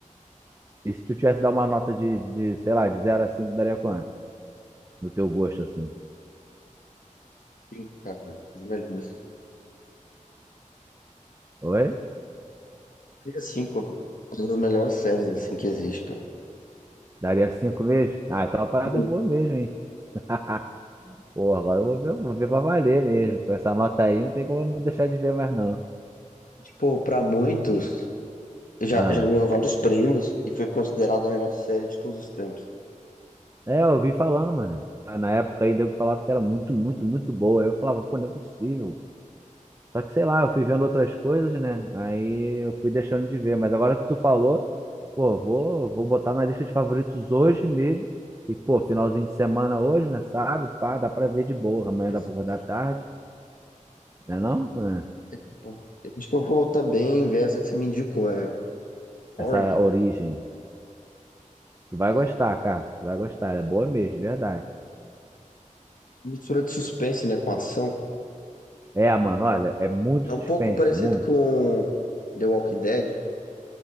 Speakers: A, on the right; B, on the left.
A: E se tu tivesse dar uma nota de, de, sei lá, de zero a 5, daria quanto? Do teu gosto, assim.
B: cinco, cara, um dos melhores.
A: Oi?
B: É cinco, uma das melhores séries, assim, que existe, cara.
A: Daria cinco mesmo? Ah, então é uma parada
B: E,
A: é boa mesmo, hein? <laughs> Pô, agora eu vou ver, vou ver pra valer mesmo. Com essa nota aí, não tem como eu não deixar de ver mais, não.
B: Tipo, pra muitos, já,
A: Ah,
B: já ganhou vários prêmios e foi considerada a melhor série de todos os tempos.
A: é, eu vi falando, mano. Ah, Na época aí, eu falava que era muito, muito, muito boa. Aí eu falava, pô, não é possível. Só que, sei lá, eu fui vendo outras coisas, né? Aí eu fui deixando de ver. Mas agora que tu falou, pô, vou, vou botar na lista de favoritos hoje mesmo. E, pô, finalzinho de semana hoje, né? Sábado, pá, dá pra ver de boa. Amanhã
B: Pois
A: dá pra
B: é,
A: acordar
B: cara.
A: tarde, né não? Né?
B: É, pô, acho que eu vou também ver essa que você me indicou, é Origin.
A: Essa origem. Tu vai
B: É.
A: gostar, cara. Tu vai gostar. Ela é boa mesmo, de verdade.
B: Mistura de suspense, né, com ação.
A: É, mano, olha, é muito
B: É
A: suspense,
B: um pouco parecido
A: muito.
B: com The Walking Dead.